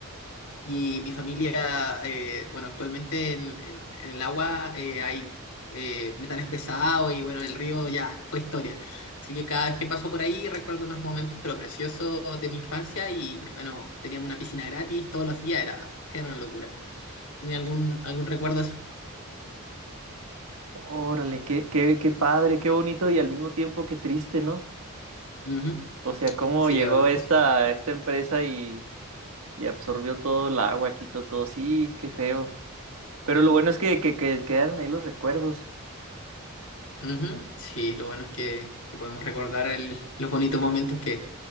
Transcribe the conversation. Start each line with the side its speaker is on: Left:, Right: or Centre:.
Left: y mi familia, eh, bueno, actualmente en, en- en el agua eh, hay eh, metales pesados y bueno, el río ya fue historia. Así que cada vez que paso por ahí recuerdo unos momentos pero preciosos de mi infancia y bueno, teníamos una piscina gratis todos los días, era, era una locura. ¿Tenía algún, algún recuerdo así?
Right: Órale, qué, qué, qué padre, qué bonito y al mismo tiempo qué triste, ¿no?
Left: Ujú.
Right: O sea, cómo
Left: Sí,
Right: llegó
Left: la verdad
Right: esta,
Left: es que sí.
Right: esta empresa y y absorbió todo el agua, quitó todo. Sí, qué feo. Pero lo bueno es que, que, que quedaron ahí los recuerdos.
Left: Ujú. Sí, lo bueno es que, que podemos recordar el- los bonitos momentos que,